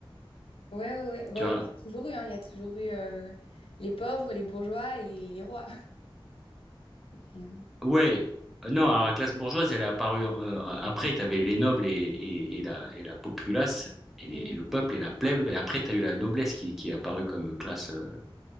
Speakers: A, on the left (about 80°); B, in the centre.
A: Ouais, ouais, ouais. Bon,
B: tu vois.
A: il y en a toujours eu, hein, Il y a toujours eu euh, les pauvres, les bourgeois et les, les rois. <laughs> Mais, euh,
B: Ouais. Non, alors la classe bourgeoise, elle est apparue euh, après. Tu avais les nobles et, et- et la, et la populace, et,
A: mm,
B: les- et le peuple et la plèbe. Et après, tu as eu la noblesse qui, qui est apparue comme classe, euh,